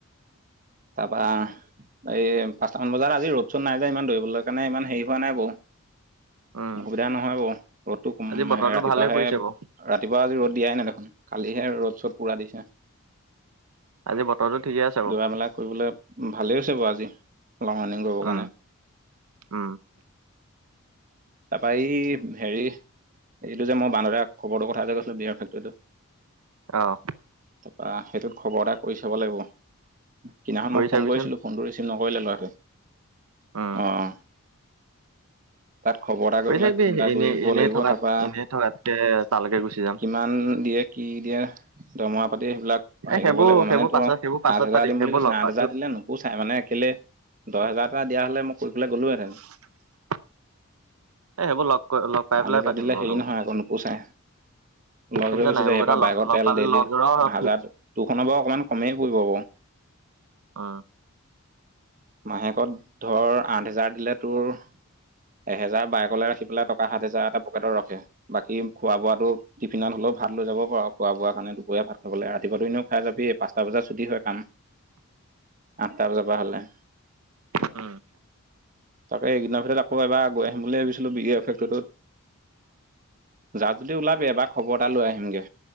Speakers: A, on the right; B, on the right.
A: তাৰ পৰা এই পাঁচটা মান বজাত আজি ৰ'দ চ'দ নাই যে ইমান ধৰিবলৈ কাৰণে ইমান হেৰি হোৱা নাই বাৰু।
B: উম
A: অসুবিধা নহয় বাৰু, ৰ'দটো
B: আজি বতৰটো
A: ৰাতিপুৱাহে
B: ভালে পৰিছে বাৰু
A: ৰাতিপুৱা আজি ৰ'দ দিয়াই নাই দেখোন, কালিহে ৰ'দ চ'দ পুৰা দিছে।
B: আজি বতৰটো ঠিকে আছে
A: দৌৰা
B: বাৰু।
A: মেলা কৰিবলৈ ভালেই হৈছে বাৰু আজি লং ৰানিং কৰিবৰ
B: উম
A: কাৰণে।
B: উম।
A: তাৰ পৰা এই হেৰি এইটো যে মই বানৰিয়াক খবৰটোৰ কথা যে কৈছিলো বিয়াৰ ফেক্টৰীটো
B: অ'।
A: তাৰপৰা সেইটো খবৰ এটা কৰি চাব লাগিব, সেইদিনাখন
B: কৰি
A: মই
B: চাবিচোন
A: ফোন কৰিছিলো। ফোনটো ৰিচিভ নকৰিলে ল'ৰাটোৱে,
B: উম
A: অ'। তাত খবৰ এটা কৰি পেলাই
B: চাবি
A: ফোন এটা
B: এনেই
A: কৰিব
B: এনেই
A: লাগিব,
B: থকাত
A: তাৰপৰা
B: এনেই থকাতকে তালৈকে গুচি যাম
A: কিমান দিয়ে, কি দিয়ে, দৰমহা পাতি সেইবিলাক অ',
B: এ
A: হেৰি
B: সেইবোৰ
A: কৰিব লাগিব
B: সেইবোৰ
A: মানে
B: পাছত
A: তোৰ আঠ
B: সেইবোৰ পাছত
A: হাজাৰ
B: পাতিম
A: দিম
B: সেইবোৰ
A: বুলি কৈছিলে,
B: লগ
A: আঠ
B: পা
A: হাজাৰ দিলে নো? তাকো চাই মানে কেলে দহ হেজাৰ এটা দিয়া হ'লে মই কৈ পেলাই গ'লোহেঁতেন।
B: হয়। এ সেইবোৰ লগ লগ পাই
A: মা
B: পেলাই
A: দেউতা
B: পাতিম
A: দিলে
B: বাৰু
A: হেৰি
B: সেইবোৰ
A: নহয়
B: কথা,
A: আকৌ নুপোচাই। লছ
B: শুনিছা
A: হৈ গৈছে
B: নাই
A: যে
B: সেইবোৰ
A: ইয়াৰ
B: কথা
A: পৰা বাইকৰ
B: লগ লগ
A: তেল
B: পালে
A: ডেইলি
B: লগৰ অ অ
A: হাজাৰ, তোৰখনৰ বাৰু অকমান কমেই পুৰিব বাৰু।
B: অ'।
A: মাহেকত ধৰ আঠ হেজাৰ দিলে তোৰ এহেজাৰ বাইকলৈ ৰাখি পেলাই টকা সাত হেজাৰ এটা পকেটত ৰখে, বাকী খোৱা বোৱাটো টিফিনত হ'লেও ভাত লৈ যাব পাৰ খোৱা বোৱা কাৰণে, দুপৰীয়া ভাত খাবলৈ ৰাতিপুৱাটো এনেও খাই যাবি এ পা আঠটা বজাত ছুটি হয় কাম, আঠটা বজাৰ পৰা হ'লে।
B: অ'।
A: তাকে এই কেইদিনৰ ভিতৰত আকৌ এবাৰ গৈ আহিম বুলি ভাবিছিলোঁ বি <unintelligible> ফেকটৰীটোত। যা যদি ওলাবি, এবাৰ খবৰ এটা লৈ আহিমগে